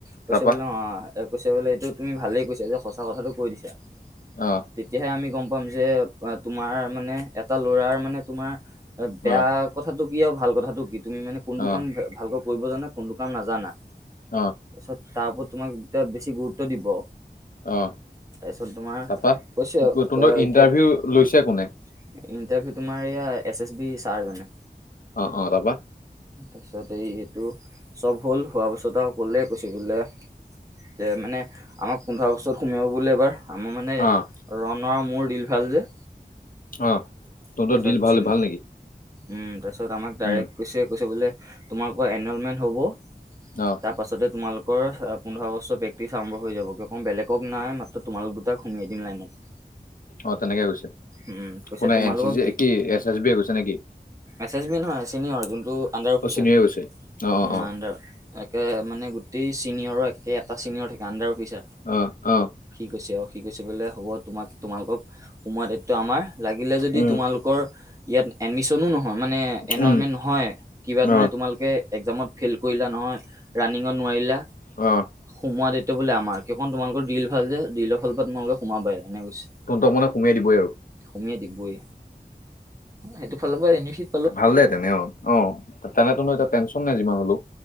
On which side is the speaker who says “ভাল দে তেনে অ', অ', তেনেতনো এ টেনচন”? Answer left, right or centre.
Left